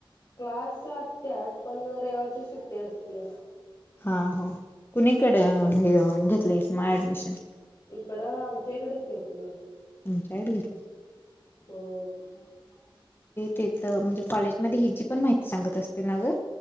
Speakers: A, on the left; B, on the left.
A: क्लास असत्या, पण रेवाची सुट्टी असती.
B: हा हा कुणीकडे हे अ घेतलंय माय ॲडमिशन
A: इकडं आमच्या इकडचं घेतली.
B: <unintelligible> ते
A: होय
B: तिथं, म्हणजे कॉलेज मध्ये हिची पन माहिती सांगत असते ना ग?